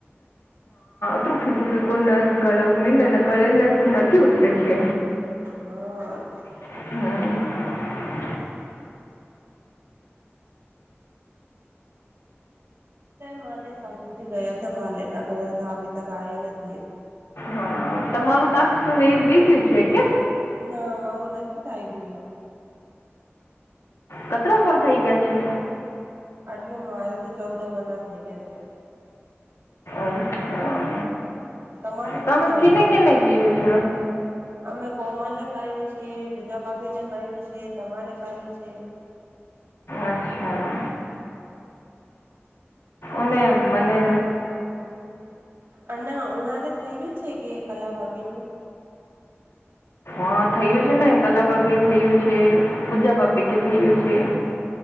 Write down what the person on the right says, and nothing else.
<unintelligible>
ના માને સાસુજી ગયા હતા કાલેટ ગયા હતા હ તક આવયા નથી એ
ના મારું નથી થઈ ગયું.
એટલે મારે તો ચૌદા પંદર થઇ ગયા છે.
તમારે
શું થાય
છે?
અમે કોમલ ને કહ્યું છે પુજા બાબીને કહ્યું છે તમારે કહ્યું છે. <inaudible>
અને ઉનાળે થઈ રહ્યું છે કે કલા ભાભીનું